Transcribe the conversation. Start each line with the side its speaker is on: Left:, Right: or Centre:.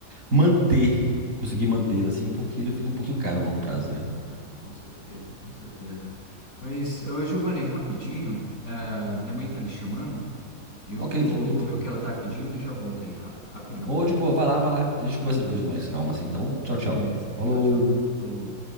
Right: Manter, conseguir mantê-lo, assim, porque ele fica um pouquinho caro a longo prazo, né?
Left: Ah, com certeza, com certeza. Mas, ô, Giovanni, rapidinho, ah, minha mãe tá ali chamando. Eu
Right: Ok,
Left: vou,
Right: tranquilo,
Left: vou
Right: tranquilo.
Left: ver o que ela tá pedindo e já volto aí, ra- rapidão.
Right: Ô, de boa, vai lá, vai lá. A gente
Left: tá?
Right: conversa depois com mais calma, assim, tá bom? Tchau, tchau.
Left: Beleza,
Right: Falou!
Left: tchau, tchau. Falou.